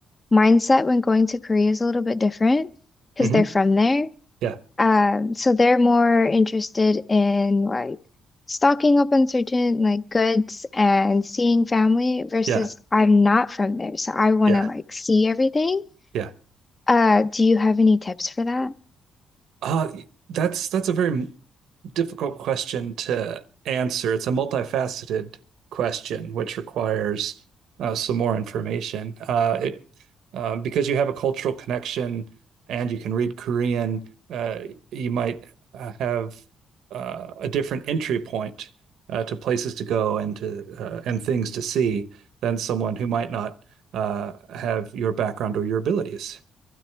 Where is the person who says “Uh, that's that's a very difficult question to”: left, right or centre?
Right